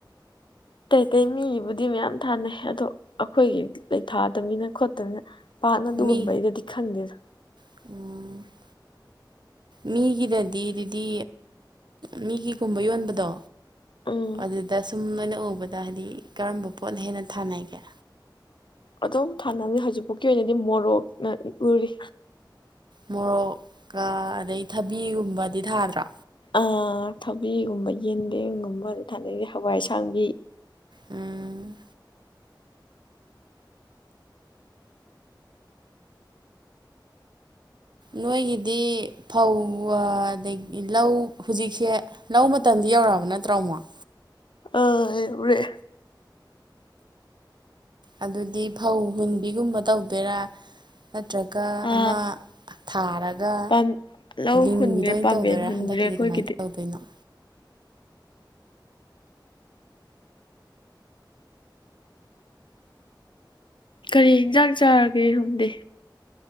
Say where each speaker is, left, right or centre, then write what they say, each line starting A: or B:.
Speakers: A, on the left (about 80°); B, on the right (about 65°).
A: ꯑꯇꯩ ꯑꯇꯩ ꯃꯤꯒꯤꯕꯨꯗꯤ ꯃꯌꯥꯝ ꯊꯥꯅꯩ ꯑꯗꯣ ꯑꯩꯈꯣꯏꯒꯤ ꯂꯩ ꯊꯥꯗꯕꯅꯤꯅ ꯈꯣꯠꯇꯅꯤꯅ ꯄꯥꯠꯅ ꯑꯗꯨꯒꯨꯝꯕꯩ
B: ꯃꯤ
A: ꯗꯗꯤ ꯈꯟꯗꯦꯗ
B: <unintelligible> ꯃꯤꯒꯤꯗꯗꯤ ꯑꯗꯨꯗꯤ ꯃꯤꯒꯤꯒꯨꯝꯕ ꯌꯣꯟꯕꯗꯣ
A: ꯎꯝ
B: ꯑꯗꯨꯗ ꯁꯨꯝ ꯅꯣꯏꯅ ꯎꯕꯗ ꯍꯥꯏꯗꯤ ꯀꯔꯝꯕ ꯄꯣꯠꯅ ꯍꯦꯟꯅ ꯊꯥꯅꯒꯦ
A: ꯑꯗꯨꯝ ꯊꯥꯅꯕꯅꯦ ꯍꯧꯖꯤꯛꯐꯥꯎꯀꯤ ꯑꯣꯏꯅꯗꯤ ꯃꯣꯔꯣꯛꯅ ꯎꯔꯤ
B: ꯃꯣꯔꯣꯛꯀ ꯑꯗꯩ ꯊꯕꯤꯒꯨꯝꯕꯗꯤ ꯊꯥꯗ꯭ꯔꯣ
A: ꯑ ꯊꯕꯤꯒꯨꯝꯕ ꯌꯦꯟꯗꯦꯝꯒꯨꯝꯕ ꯊꯥꯅꯩꯁꯦ ꯑ ꯍꯋꯥꯏꯑꯁꯥꯡꯕꯤ
B: ꯎꯝ ꯅꯣꯏꯒꯤꯗꯤ ꯐꯧ ꯑꯗꯒꯤ ꯂꯧ ꯍꯧꯖꯤꯛꯁꯦ ꯂꯧ ꯃꯇꯝꯗꯤ ꯌꯧꯔꯛꯑꯕ ꯅꯠꯇ꯭ꯔꯣ ꯑꯃꯨꯛ
A: ꯑꯥ‌ ꯌꯩꯔ‌ꯦ
B: ꯑꯗꯨꯗꯤ ꯐꯧ ꯍꯨꯟꯕꯤꯒꯨꯝꯕ ꯇꯧꯗꯣꯏꯔꯥ ꯅꯠꯇ꯭ꯔꯒ
A: ꯑ
B: ꯑꯃ ꯊꯥꯔꯒ
A: ꯄꯥꯝ ꯂꯧ
B: ꯂꯤꯡꯕꯤꯗꯨ
A: ꯍꯨꯟꯈ꯭ꯔꯦ
B: ꯑꯣꯏꯅ
A: ꯄꯥꯝꯕꯦꯟ
B: ꯇꯧꯗꯣꯏꯔꯥ
A: ꯍꯨꯟꯈ꯭ꯔꯦ
B: ꯍꯟꯗꯛꯀꯤꯗꯤ
A: ꯑꯩꯈꯣꯏꯒꯤꯗꯤ
B: ꯀꯃꯥꯏꯅ ꯇꯧꯗꯣꯏꯅꯣ
A: ꯀꯔꯤ ꯏꯟꯖꯥꯡ ꯆꯥꯔꯒꯦ ꯁꫭꯝꯗ